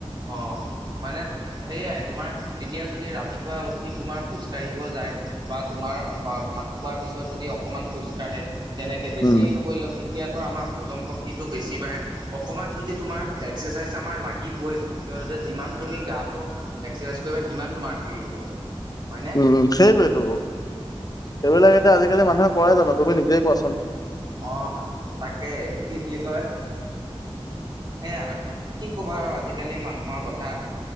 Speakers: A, on the right; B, on the left.
A: অ, মানে সেইয়াই তোমাৰ এতিয়া যদি ৰাতিপুৱা উঠি তোমাৰ খোজ কাাঢ়িব যায় বা তোমাৰ ভাত খোৱাৰ পিছত যদি অকণমান খোজকাঢ়ে তেনেকে বেছি
B: উম।
A: নকৰিলেও তেতিয়া ধৰ আমাৰ হজম শক্তিটো বেছি বাঢ়ে অকণমান যদি তোমাৰ এ এক্সেচাইজ আমাৰ লাগিবই, কিয়নো যে যিমান তুমি গাটো এক্সাৰচাইজ কৰিবা সিমান তোমাৰ ফ্ৰী হ'ব। হয়নে?
B: উম সেইটোৱেটো, সেইবিলাকে আজিকালি মানুহে কৰাই জানো তুমি নিজে কোৱাচোন?
A: অ তাকে এইটো কি বুলি কয়? সেয়া কি ক'বা আৰু আজিকালি মানুহৰ কথা।